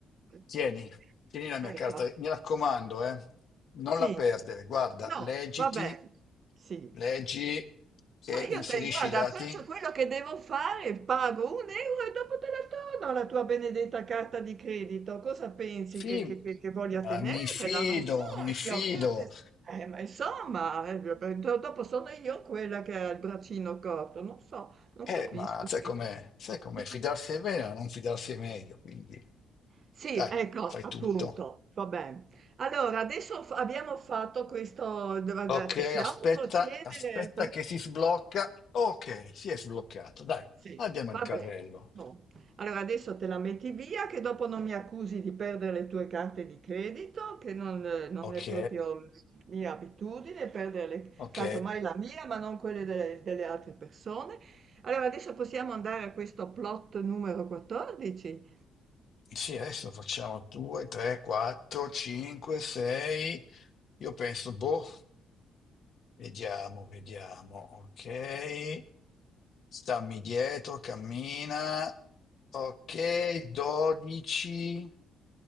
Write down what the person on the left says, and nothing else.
Tieni, tieni la mia
carta, mi raccomando, eh. Non
la perdere, guarda,
leggiti,
leggi, che
inserisci
i dati.
Sì,
ma
mi fido,
mi fido.
Eh,
ma sai
com'è?
Sai com'è?
Fidarsi è bene, ma non fidarsi è meglio, quindi
dai,
fai
tutto.
Ok,
aspetta,
aspetta che si sblocca. Ok, si è sbloccato. Dai,
abbiamo
il carrello.
Ok,
ok.
Sì, adesso facciamo 2, 3, 4, 5, 6. Io penso, boh, Vediamo, vediamo. Ok. Stammi dietro, cammina. Ok, 12,